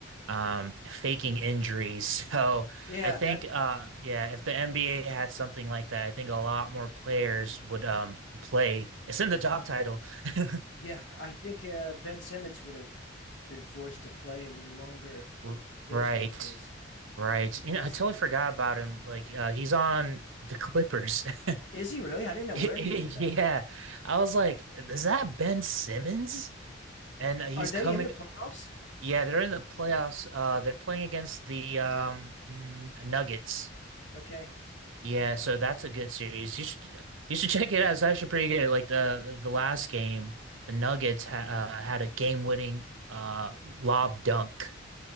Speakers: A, on the right; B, on the left.
A: um faking injuries. <laughs> So
B: yeah,
A: I think
B: that
A: uh yeah, if the NBA had something like that, I think a lot more players would um play. It's in the job title. <laughs>
B: Yeah, I think uh, Ben Simmons would have been forced to play a little longer if
A: R-
B: those
A: Right.
B: kind of things
A: Right.
B: existed.
A: You know, I totally forgot about him. Like uh he's on the Clippers. <laughs>
B: Is he really? I didn't know
A: Yeah.
B: where he ended up.
A: I was like, is that Ben Simmons? And uh, he's
B: Are they
A: coming
B: in the playoffs?
A: Yeah, they're in the playoffs. Uh, they're playing against the um mm, Nuggets.
B: Okay.
A: Yeah, so that's a good series. You should you should <laughs> check it out. It's actually pretty good. Like the the last game, the Nuggets ha uh, had a game-winning uh lob dunk.